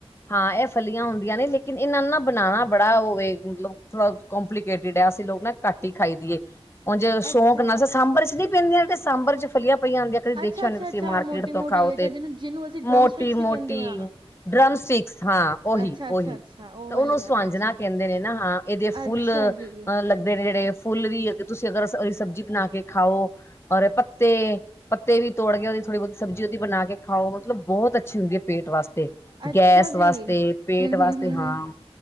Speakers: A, on the left; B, on the right.
A: ਹਾਂ। ਇਹ ਫਲੀਆਂ ਹੁੰਦੀਆਂ ਨੇ ਲੇਕਿਨ ਇਹਨਾਂ ਨੂੰ ਨਾ ਬਣਾਉਣਾ ਬੜਾ ਉਹਵੇ ਮਤਲਬ ਥੋੜਾ ਕੰਪਲੀਕੇਟਿਡ ਏ। ਅਸੀਂ ਲੋਕ ਨਾ ਘੱਟ ਹੀ ਖਾਈ ਦੀਏ। ਉਝ ਸ਼ੌਂਕ
B: ਅੱਛਾ,
A: ਨਾਲ ਸਾਂਬਰ ਚ ਨੀ ਪੈਂਂਦੀਆਂ, ਤੇ ਸਾਂਬਰ ਚ ਫਲੀਆਂ ਪਈਆਂ ਹੁੰਦੀਆਂ, ਕਦੀ
B: ਅੱਛਾ-ਅੱਛਾ-ਅੱਛਾ
A: ਦੇਖਿਆ ਹੋਣੀਆਂ ਤੁਸੀਂ ਮਾਰਕੀਟ
B: ਮੋਟੀ-ਮੋਟੀ ਅੱਛਾ ਮੋਟੀ ਮੋਟੀ
A: ਤੋਂ ਖਾਓ
B: ਅੱਛਾ
A: ਤੇ
B: ਜਿਹਨੂੰ ਜਿਹਨੂੰ ਅਸੀਂ ਡਰਮ
A: ਮੋਟੀ-ਮੋਟੀ
B: ਸਟਿਕਸ ਵੀ ਕਹਿੰਦੇ ਆ।
A: ਡਰਮ ਸਿਕਸ ਹਾਂ, ਉ ਓਹੀ-ਓਹੀ
B: ਅੱਛਾ-ਅੱਛਾ-ਅੱਛਾ ਉਹ
A: ਤਾਂ
B: ਵਾਲੀ
A: ਉਹਨੂੰ ਸਵਾਂਜਣਾ
B: ਆ ਅੱਛਾ-ਅੱਛਾ,
A: ਕਹਿੰਦੇ ਨੇ ਨਾ ਹਾਂ। ਇਹਦੇ ਫੁੱਲ
B: ਅੱਛਾ ਅੱਛਾ
A: ਅਹ
B: ਜੀ,
A: ਲੱਗਦੇ ਨੇ ਜਿਹੜੇ ਫੁੱਲ ਦੀ ਆ, ਤੁਸੀਂ ਅਗਰ ਏਦੀ ਸਬਜ਼ੀ ਬਣਾ ਕੇ ਖਾਓ। ਔਰ, ਪੱਤੇ ਪੱਤੇ ਵੀ ਤੋੜ ਕੇ ਉਹਦੀ ਥੋੜੀ ਬਹੁਤੀ ਸਬਜ਼ੀ ਉਹਦੀ ਬਣਾ ਕੇ ਖਾਓ ਮਤਲਬ ਬਹੁਤ ਅੱਛੀ ਹੁੰਦੀ ਹੈ। ਪੇਟ, ਵਾਸਤੇ
B: ਅੱਛਾ
A: ਗੈਸ,
B: ਜੀ।
A: ਵਾਸਤੇ ਪੇਟ
B: ਹੂੰ-ਹੂੰ-ਹੂੰ-ਹੂੰ,
A: ਵਾਸਤੇ ਹਾਂ।